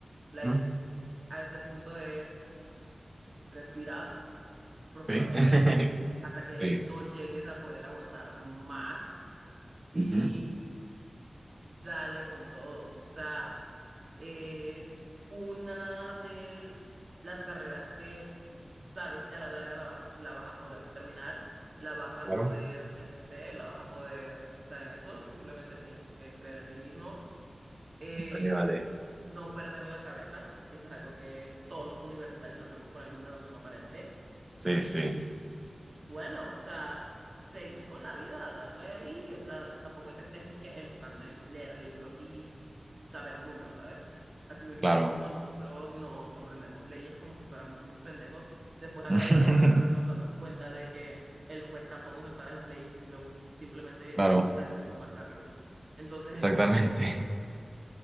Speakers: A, on the right (about 55°); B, on the right (about 30°).
A: Like,
B: Ujú,
A: a este punto es respira profundamente
B: Sí. <laughs>
A: hasta que no
B: Sí.
A: llegues a poder aguantar más y
B: Ujú.
A: dale con todo. O sea, es una de las carreras que sabes que a la larga la vas, a- la vas a poder terminar, la vas a
B: Claro.
A: poder ejercer, la vas a poder estar en eso, simplemente tienes que creer en ti mismo. Eh,
B: Vale, vale.
A: no perder la cabeza, eso es algo que todos los universitarios hacemos por alguna razón aparente.
B: Sí,
A: Y
B: sí,
A: bueno, o sea, seguir con la vida, darle ahí, o sea, y tampoco te estés disque enfocando en leer libros y saber números, ¿sabes? Así mismito
B: claro.
A: como nosotros nos aprendemos leyes como si fuéramos unos pendejos, después a
B: <laughs>
A: la larga nos damos cuenta de que el juez tampoco se sabe las leyes y simple bus- simplemente
B: Claro,
A: busca el código más rápido. Entonces
B: exactamente,
A: es como tipo